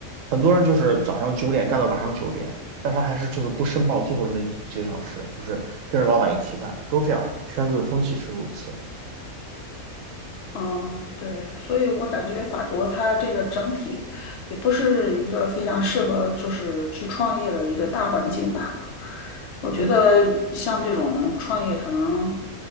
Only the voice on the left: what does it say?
嗯，对，所以我感觉法国它这个整体也不是一个非常适合就是去创业的一个大环境吧。我觉得像这种创业，
可能